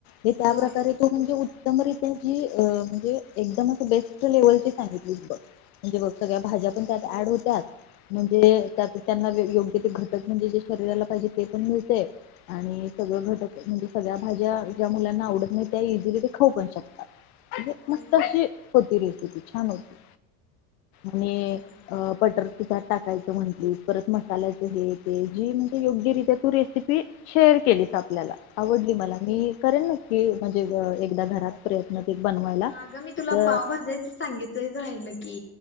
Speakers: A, on the left; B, on the left.
A: हे त्या
B: होय
A: प्रकारे तो करून घेऊ - एकरित्या जी म्हणजे एकदमच बेस्ट लेवलची सांगितलीस बग - सगळ्या भाज्या पण त्यात ऍड होत्यात. म्हणजे त्यात त्यांना योग्य ते घटक म्हणजे जे शरीराला पाहिजे ते पण मिळते आणि स म्हणजे सगळ्या भाज्या ज्या मुलांना आवडत नाही त्या इझिली ते खाऊ पण शकतात. म्हणजे
B: होय
A: मस्त
B: होय
A: अशी होती रेसिपी छान होती. आणि
B: बरोबर
A: अ बटर <unintelligible> टाकायच म्हटली परत मसाल्याच हे ते जी म्हणजे योग्यरित्या तू रेसिपी शेअर केलीस. आपल्याला आवडली मला मी करेन नक्की म्हणजे एकदा घरात प्रयत्न ते बनवायला
B: अगं मी तुला
A: तर
B: पाव भाजायचं सांगायचं राहिलं की